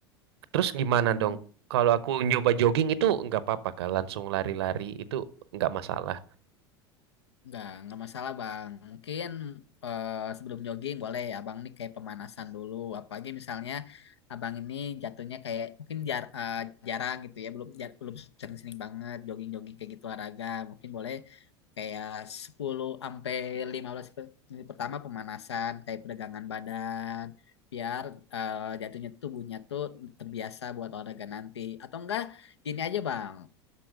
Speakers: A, on the right; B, on the left.
A: Terus gimana
B: Hmm.
A: dong? Kalau aku nyoba jogging itu nggak apa-apa kah? Langsung lari-lari itu nggak masalah.
B: Nggak, nggak masalah bang. Mungkin eh, sebelum jogging boleh abang ini kayak pemanasan dulu. Apalagi misalnya abang ini jatuhnya kayak mungkin jar, eh, jarang gitu ya, belum jar- belum sering-sering banget jogging-jogging kayak gitu olahraga. Mungkin boleh kayak sepuluh sampai lima belas menit pertama pemanasan, kayak peregangan badan, biar eh, jatuhnya tubuhnya tuh terbiasa buat olahraga nanti. Atau enggak, gini aja bang,